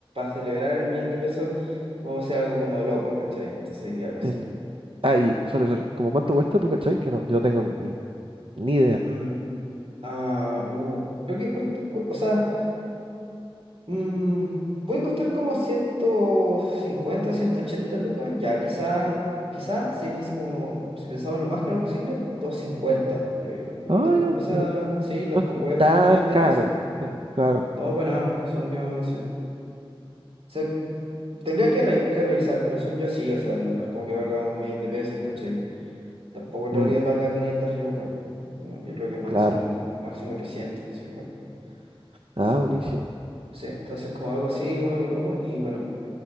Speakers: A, on the right; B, on the right.
A: celebrar el millón de pesos, vamos a hacer algo como loco, ¿cachai? Entonces iría algo así.
B: El... Ah, y, sorry, sorry. ¿Cómo cuánto cuesta tú, cachai? Que no, yo no tengo ni, ni idea.
A: Mm, ah, uh, creo que cuesta, cu- o sea, mm, puede costar como ciento cincuenta ciento ochenta lucas, ya quizá, quizá, si es así como, si pensamos lo más caro posible, 250 creo yo. Pero
B: Ah,
A: tampoco,
B: ya.
A: o sea,
B: yo-
A: sí, tampoco
B: No es
A: es
B: tan
A: como un millón
B: caro.
A: de pesos.
B: Eh, Claro.
A: No, para nada, según yo, sí. O sea, tendría que, re- que revisar, pero son yo sí, o sea, no, no es como que valga un millón de pesos, ¿cachai? Tampoco creo
B: Mm,
A: que valga 500 lucas. Digo, Yo creo que máximo,
B: claro.
A: máximo 300 sí, bueno,
B: Ah,
A: eso.
B: buenísimo.
A: Sí, entonces como algo así, como algo loco, y bueno,